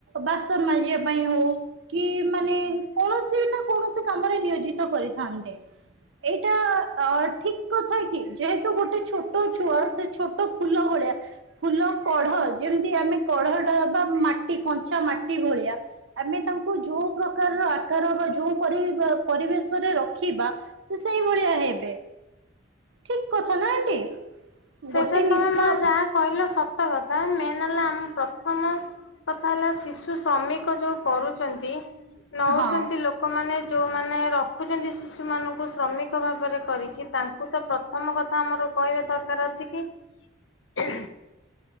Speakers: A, on the right (about 80°); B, on the left (about 80°).
A: ବାସନ୍ ମାଜିବା ପାଇଁ ହଉ କି ମାନେ କୌଣସି ନା କୌଣସି କାମରେ ନିୟୋଜିତ କରିଥାନ୍ତେ ଏଇଟା ଅ ଠିକ୍ କଥା କି ଯେହେତୁ ଗୋଟେ ଛୋଟ ଛୁଆ ସେ ଛୋଟ ଫୁଲ ଭଳିଆ ଫୁଲ କଢ ଯେମିତି ଆମେ କଢଟା ବା ମାଟି କଞ୍ଚା ମାଟି ଭଳିଆ ଆମେ ତାଙ୍କୁ ଯଉ ପ୍ରକାରର ଆକାର ବା ଯଉ ପରି -ପରିବେଶରେ ରଖିବା ସେ ସେଇଭଳିଆ ହେବେ ଠିକ୍ କଥା ନା ଆଣ୍ଟି।
B: ସେଇଟା
A: ଗୋଟେ ନିଷ୍ପା
B: ତମେ ମା ଯାହା କହିଲ ସତ କଥା ମେନ୍ ହେଲା ଆମ ପ୍ରଥମ କଥା ହେଲା ଶିଶୁ ଶ୍ରମିକ ଯଉ କରୁଚନ୍ତି ନଉଚନ୍ତି
A: ହଁ
B: ଲୋକ୍ ଲୋକମାନେ ଯଉମାନେ ରଖୁଚନ୍ତି ଶିଶୁମାନଙ୍କୁ ଶ୍ରମିକ ଭାବରେ କରିକି ତାଙ୍କୁ ତ ପ୍ରଥମ କଥା ଆ କହିବା ଦରକାର୍ ଅଛି କି